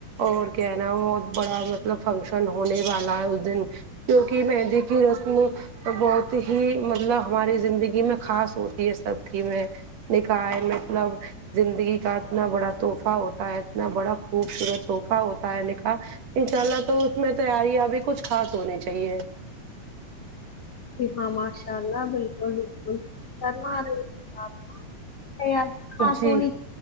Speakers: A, on the right; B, on the left.
A: اور کیا ہے نا بہت بڑا مطلب فنکشن ہونے والا ہے اس دن کیونکہ مہندی کی رسم تو بہت ہی مطلب ہماری زندگی میں خاص ہوتی ہے سب کی میں نکاح ہے مطلب زندگی کا اتنا بڑا تحفہ ہوتا ہے اتنا بڑا خوبصورت تحفہ ہوتا ہے نکاح انشاء اللہ تو اس میں تیاریاں بھی کچھ خاص ہونی چاہیے
B: جی ہاں ماشاء اللہ بالکل بالکل کرنا رہی آپ ارے یار کہاں
A: جی
B: سونی